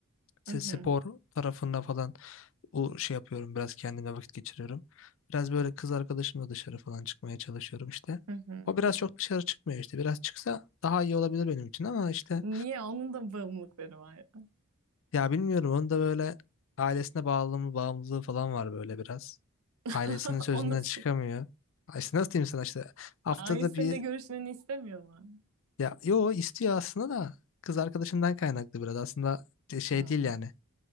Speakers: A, on the left; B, on the right.
A: İşte
B: Hı hı.
A: spor tarafında falan o şey yapıyorum biraz kendime vakit geçiriyorum. Biraz böyle kız arkadaşımla dışarı falan çıkmaya çalışıyorum işte.
B: Hı hı.
A: O biraz çok dışarı çıkmıyor işte. Biraz çıksa daha iyi olabilir benim için ama işte
B: Niye? Onun da bağımlılıkları var. ya.
A: Ya bilmiyorum onun da böyle ailesine bağlılığı, bağımlılığı falan var böyle biraz.
B: <laughs>
A: Ailesinin sözünden
B: O nasıl?
A: çıkamıyor. Ay İşte nasıl diyeyim sana işte haftada
B: Ailesi seninle
A: bir
B: görüşmeni istemiyor mu?
A: ya yo istiyor aslında da kız arkadaşından kaynaklı biraz aslında şey şey
B: Hmm.
A: değil yani.